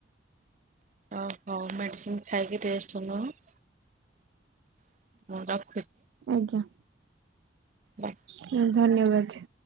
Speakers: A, on the right; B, on the right.
A: ଅହୋ ମେଡ଼ିସିନ ଖାଇକି ଟେଷ୍ଟ ସବୁ ନଉନୁ। ମୋର।
B: ଆଜ୍ଞା।
A: ବାଏ।
B: ହଁ ଧନ୍ୟବାଦ।